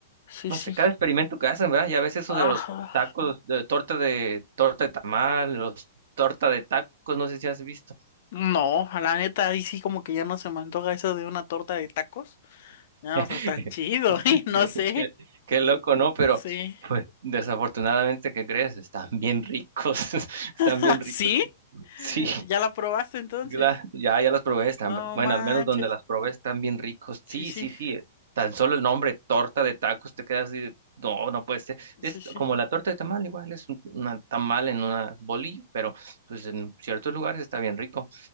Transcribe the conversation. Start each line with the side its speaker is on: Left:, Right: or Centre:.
Left: Sí,
Right: no
Left: sí.
Right: sé, cada experimento que hacen, ¿verdad? Ya ves eso
Left: Ajá.
Right: de los tacos, de torta de, torta de tamal, los torta de tacos, no sé si has visto,
Left: No, a la neta, ahí sí como que ya no se me antoja eso de una torta de tacos. Ya
Right: <laughs>
Left: no está tan chido, <laughs> ¿eh? No
Right: qué,
Left: sé.
Right: qué- qué loco, ¿no? Pero,
Left: Sí.
Right: pues, desafortunadamente, ¿qué crees? Están bien ricos, <laughs>
Left: <laughs>
Right: están bien ricos,
Left: ¿Sí?
Right: sí.
Left: ¿Ya la probaste entonces?
Right: Gla- Ya, ya las probé, están,
Left: No
Right: bueno,
Left: manches.
Right: al menos donde las probé están bien ricos. Sí,
Left: Sí, sí.
Right: sí, sí. eh, Tan solo el nombre, torta de tacos, te quedas así, de, no, no puede ser.
Left: Sí,
Right: Es
Left: sí.
Right: como la torta de tamal, igual es un una tamal en una bolillo, pero pues en ciertos lugares está bien rico.